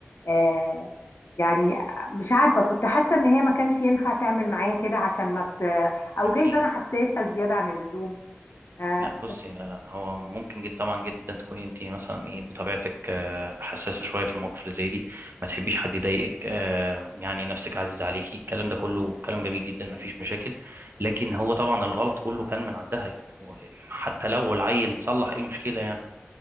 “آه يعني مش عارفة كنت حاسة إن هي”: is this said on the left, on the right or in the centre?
Left